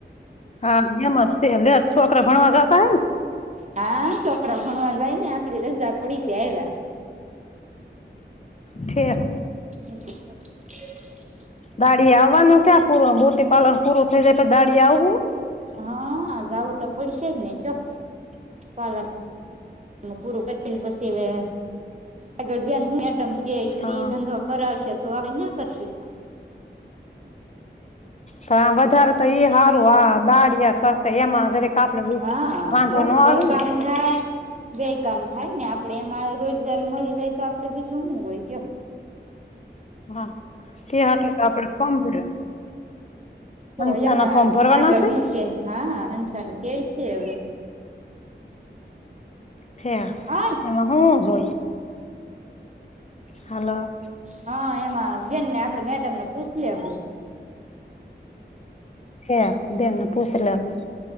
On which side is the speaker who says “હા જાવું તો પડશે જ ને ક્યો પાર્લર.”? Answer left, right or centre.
Right